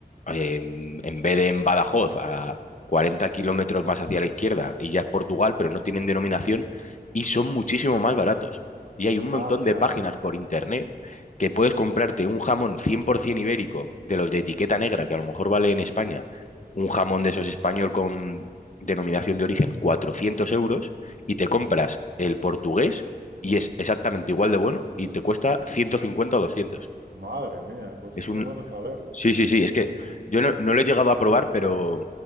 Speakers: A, on the left (about 50°); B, on the right (about 75°).
A: eh, en vez de en Badajoz, a 40 kilómetros más hacia la izquierda, y ya es Portugal, pero no tienen denominación, y son muchísimo más baratos. Y hay un
B: Ah,
A: montón
B: claro.
A: de páginas por internet que puedes comprarte un jamón 100% ibérico, de los de etiqueta negra, que a lo mejor vale en España, un jamón de esos español con denominación de origen, 400 euros, y te compras el portugués, y es exactamente igual de bueno, y te cuesta 150 o doscientos
B: Madre mía, pues
A: Es
B: eso
A: un
B: es bueno saberlo.
A: Sí, sí, sí. Es que yo no, no lo he llegado a probar, pero